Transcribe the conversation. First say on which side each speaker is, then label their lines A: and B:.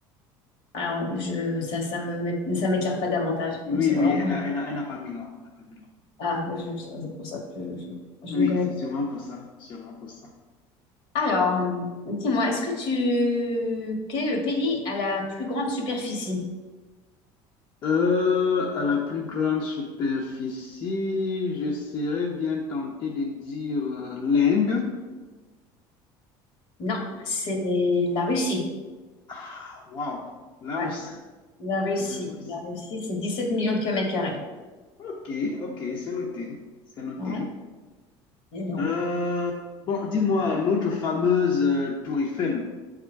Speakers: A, on the left; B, on the left.
A: Alors, je, ça, ça me, m'é- ça m'éclaire pas davantage.
B: Oui,
A: Donc, c'est vraiment-
B: oui, elle a, elle a, elle n'a pas mis long. Elle n'a pas mis long.
A: Ah, mais je- je- c'est pour ça. Je, je- je
B: Oui,
A: ne connais
B: c'est
A: pas.
B: sûrement pour ça. Sûrement pour ça.
A: Alors, hum, dis-moi, est-ce que tu... Quel est le pays à la plus grande superficie?
B: Euh, à la plus grande superficie, je serais bien tenté de dire euh, l'Inde.
A: Non, c'est la Russie.
B: Ah, Waouh, la
A: Ouais,
B: Russie,
A: la
B: la
A: Russie.
B: fameuse Russie.
A: La Russie, c'est dix-sept millions de kilomètres carrés.
B: Ok, ok, c'est noté, c'est noté.
A: Ouais, énorme.
B: Euh, bon, dis-moi, notre fameuse euh, Tour Eiffel.